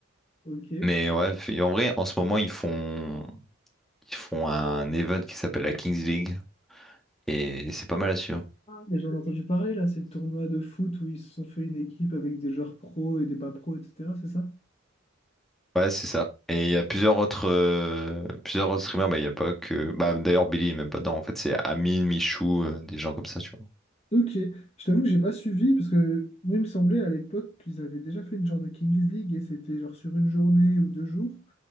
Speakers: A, on the left; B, in the centre.
A: Ok.
B: Mais ouais, f- en vrai, en ce moment, ils font, ils font un event qui s'appelle la Kings League. Et c'est pas mal à suivre.
A: Mais j'en ai entendu parler là, c'est le tournoi de foot où ils se sont fait une équipe avec des joueurs pros et des pas pros, etc. C'est ça?
B: Ouais, c'est ça. Et il y a plusieurs autres, euh, plusieurs autres streamers, bah, il y a pas que... Bah, d'ailleurs, Billy est même pas dedans, en fait. C'est Amine, Michou, euh, des gens comme ça, tu vois.
A: Ok, je t'avoue que j'ai pas suivi parce que moi il me semblait à l'époque qu'ils avaient déjà fait une genre de Kings League et c'était genre sur une journée ou deux jours,